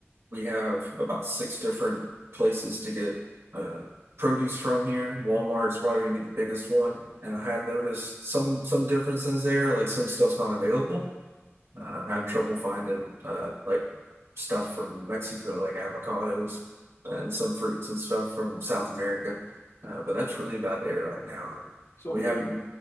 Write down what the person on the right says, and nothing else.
we have about six different places to get uh, produce from here. Walmart is probably gonna be the biggest one, and I have noticed some some differences there, like some stuff's not available. Uh, I have trouble finding uh, like stuff from Mexico, like avocados and some fruits and stuff from South America. Uh, but that's really about it right now.
We
haven't,